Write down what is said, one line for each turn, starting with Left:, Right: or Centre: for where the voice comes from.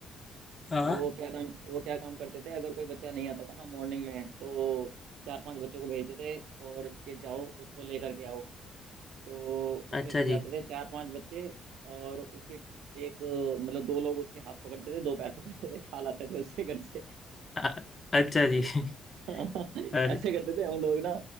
Left: हाँ
Right: वो क्या काम वो क्या काम करते थे अगर कोई बच्चा नहीं आता था ना मॉर्निंग में तो चार पांच बच्चों को भेजते थे और कि जाओ उसको लेकर के आओ तो उसके
Left: अच्छा
Right: घर
Left: जी
Right: जाते थे चार पांच बच्चे और उसके एक मतलब दो लोग उसके हाथ पकड़ते थे दो पैर पकड़ते थे ठाल आते थे उसके घर से
Left: अ- अच्छा
Right: <laughs>
Left: जी <laughs> अरे
Right: ऐसे करते थे हम लोग ना